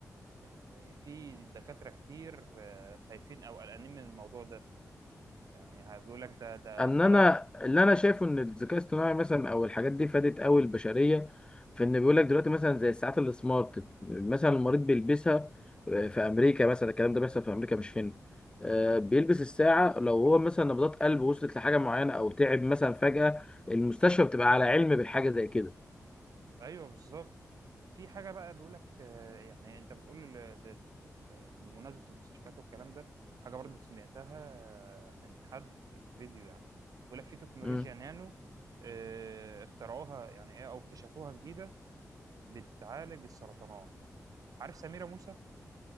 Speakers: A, on the right (about 80°); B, on the left (about 15°).
A: يعني في دكاتره كتير آه، خايفين او قلقانين من الموضوع ده يعني بيقول لك ده ده
B: ان انا
A: خلاص
B: اللي انا شايفه ان الذكاء الاصطناعي مثلا او الحاجات دي فادت قوي البشريه في ان بيقول لك دلوقتي مثلا زي الساعات السمارت مثلا المريض بيلبسها آه، في امريكا مثلا الكلام ده بيحصل في امريكا مش هنا آه، بيلبس الساعه لو هو مثلا نبضات قلبه وصلت لحاجه معينه او تعب مثلا فجاه المستشفى بتبقى على علم بالحاجه زي كده
A: ايوه بالظبط في حاجه بقى بيقول لك آه، يعني انت بتقول ل- ل- ل- بمناسبه المستشفيات والكلام ده حاجه برضو سمعتها آه، من حد في فيديو يعني بيقول لك في تكنولوجيا
B: مم.
A: نانو آه، اخترعوها يعني ايه او اكتشفوها جديده بتعالج السرطانات عارف سميره موسى